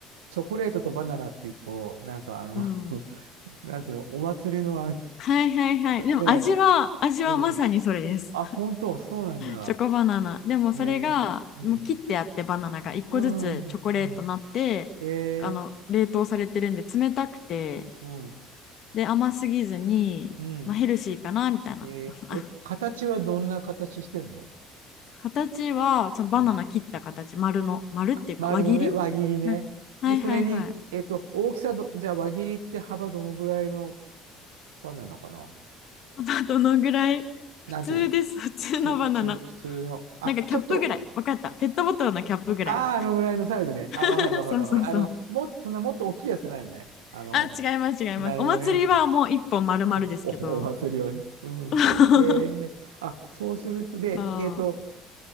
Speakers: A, on the right (about 85°); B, on the left (about 55°).
A: チョコレートとバナナっていうと、なんかあの
B: うん。
A: <laughs> なんていうの、お祭りのあの
B: はいはいはい。でも味は、
A: ええ、
B: 味はまさにそれです。
A: うん。あ、本当、そうなんだ。
B: チョコバナナ。でもそれが、
A: ね。うん。
B: もう切ってあってバナナが一個ずつチョコレートになって、
A: うん、うん、うん。ええ、
B: あの、冷凍されてるんで冷たくて、
A: うん、
B: で、甘すぎずに、
A: うん。
B: まあ、ヘルシーかな、みたいな。
A: ええ、
B: <laughs> あ、
A: え、形はどんな形してるの
B: 形は、そのバナナ切った形、
A: うん。
B: 丸の、丸っていうか輪切りうんはいはいはい。
A: 丸のね、輪切りね。で、それに、えっと、大きさど、じゃあ輪切りって幅どのぐらいの輪なのかな
B: まあどのぐらい普通です、
A: なんていうの
B: 普通のバナナ。
A: 普通、普通、普通の。あ、
B: なんかキャップぐらい。
A: ちょっと、
B: わかった。ペットボトルのキャップぐらい。
A: ああ、あのぐらいのサイズね。あ、
B: <laughs>
A: わかるわかるわかる。
B: そうそうそう。
A: あの、もっと、そんなもっと大きいやつじゃないのね。あの、
B: あ、違います違います。
A: なるほどね。
B: お祭りはもう一本丸々ですけど。
A: <laughs> あお、<laughs> お祭りをね。うん。
B: <laughs>
A: ええあ、そうすると、で、
B: そう
A: えっと、